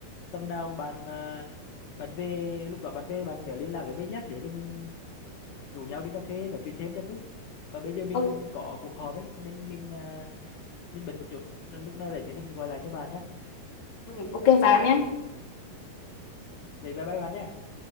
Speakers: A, on the left; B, on the left.
A: tầm nào bạn mà bạn về lúc đó bạn về bạn nhớ liên lạc với mình nhá để mình rủ nhau đi cà phê nói chuyện thêm cho vui ờ bây giờ mình
B: ok
A: có cuộc họp ấy cho nên mình ờ, mình bận một chút lúc nào rảnh thì mình gọi lại cho bạn nhá
B: ừ, ok bạn nhé
A: vậy bye bye bạn nhá